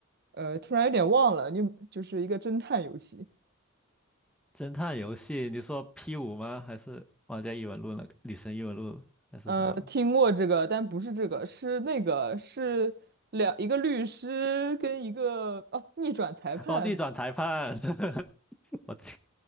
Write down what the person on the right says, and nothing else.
呃，突然有点忘了，你就是一个侦探游戏。
呃，听过这个，但不是这个，是那个，是两一个律师跟一个哦、逆转裁判。